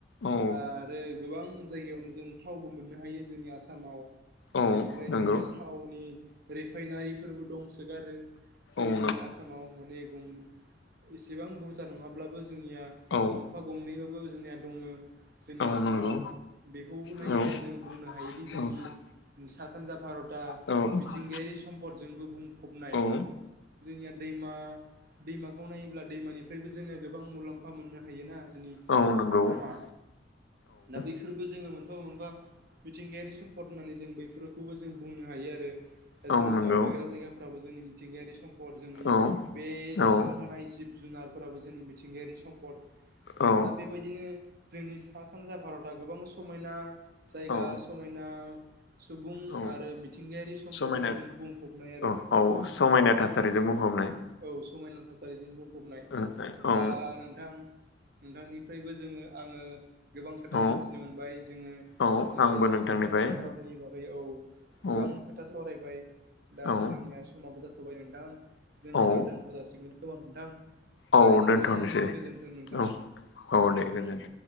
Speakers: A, on the left; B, on the right.
A: औ
B: आरो गोबां जायगायावनो जों थावबो मोननो हायो जोंनि आसामाव
A: नंगौ
B: बेनिफ्राय जोंनिया थावनि रिफाइनारिफोरबो दंसोगारो जोंनि
A: औ
B: आसामाव अनेक दं इसेबां बुरजा नङाब्लाबो जोंनिया
A: नंगौ औ
B: गंफा गंनैबाबो जोंनिया दङ जोंनि
A: औ
B: आसामाव
A: नंगौ
B: बेखौबो नायोब्ला
A: औ औ
B: जों बुंनो हायोदि जोंनि
A: औ
B: सा सानजा भारतआ
A: औ
B: मिथिंगायारि सम्पदजोंबो बुंफबनाय
A: औ
B: जोंनिया दैमा दैमाखौ नायोब्ला दैमानिफ्रायबो जोङो गोबां मुलाम्फा मोननो हायोना जोंनि
A: औ नंगौ
B: आसामा दा बैफोरबो
A: औ
B: जोङो मोनफा मोनफा मिथिंगायारि सम्पद होननानै जों बैफोरखौबो जों बुंनो हायो आरो दा
A: औ
B: जोंनि
A: नंगौ
B: दावबायग्रा जायगाफ्राबो जोंनि मिथिंगायारि सम्फद जोंनि
A: औ
B: बेनि
A: औ
B: सिङाव थानाय जिब जुनारफोराबो जोंनि मिथिंगायारि सम्पद
A: औ
B: दा बेबायदिनो जोंनि सा सानजा भारतआ गोबां समायना जायगा
A: औ
B: समायना सुबुं
A: औ
B: आरो मिथिंगायारि सम्पदफोरजों
A: समायना
B: बुंफबनाय आरो
A: औ औ समायना थासारिजों बुंफबनाय
B: औ समायना' थासारिजों बुंफबनाय
A: औ
B: दा नोंथां नोंथांनिफ्रायबो जोङो आङो गोबां खोथा
A: औ
B: मोनथिनो मोनबाय जोङो
A: औ
B: ओ
A: आंबो नोंथांनिफ्राय
B: सा सानजा भारतनि बागै औ गोबां
A: औ
B: खोथा सावराय बाय दा
A: औ
B: जोंनिया समाबो जाथ'बाय नोंथां जों
A: औ
B: दा दोनथ' जासिगोन खोमा नोंथां
A: औ
B: दा एसेनोसै
A: दोनथ'नोसै
B: गोजोनथों नोंथां
A: औ औ दे गोजोनथों